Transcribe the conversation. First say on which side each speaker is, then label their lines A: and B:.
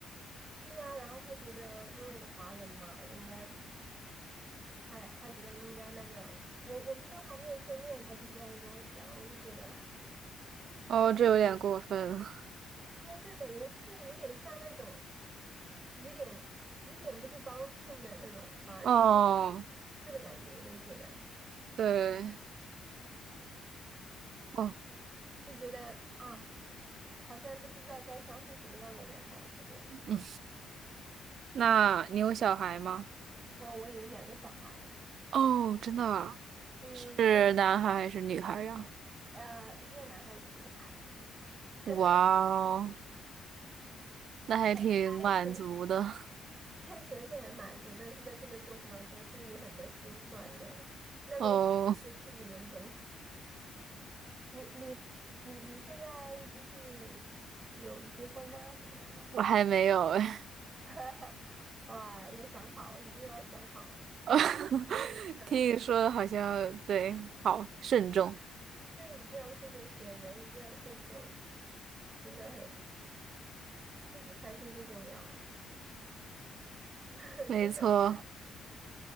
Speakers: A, on the right; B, on the right.
A: 对呀，然后他觉得因为华人嘛，应该他他觉得应该那个，我我们都还没有见面，他就这样跟我讲，我就觉得，
B: 哦，这有点过分了
A: 对对，感觉是有点像那种，有点一点都不帮衬的那种，反而就是
B: 哦，
A: 是的感觉，有没有觉得？
B: 对，哦，
A: 就觉得，哎，好像都不知道该相信什么样的人了。这边，
B: 嗯，那你有小孩吗？
A: 我我有两个小孩，
B: 哦，真的啊，
A: 对于那
B: 是男孩还是女孩呀？
A: 呃一个男孩一个女孩，<laughs>
B: 哇哦，那还挺满足的。
A: 看起来是。看起来是很满足，但是在这个过程当中是有很多心酸的，那种苦只有自己能懂。
B: 哦，
A: <laughs> 你你你你现在就是有结婚吗？怎么样的？
B: 我还没有哎。
A: <laughs> 哇，要想好，一定要想好，
B: <laughs>
A: 真的，
B: 听你说的好像对，好慎重。
A: 对，一定要慎重选人，一定要慎重，真的很，自己开心最重要，<laughs>
B: 没错，
A: 真的。